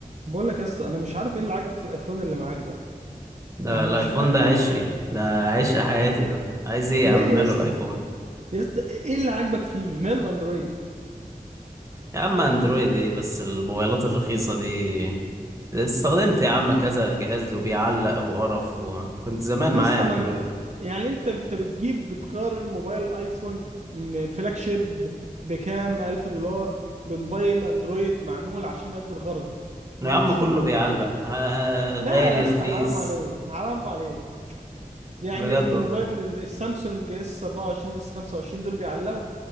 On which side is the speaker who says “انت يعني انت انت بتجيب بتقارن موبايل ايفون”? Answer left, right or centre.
Right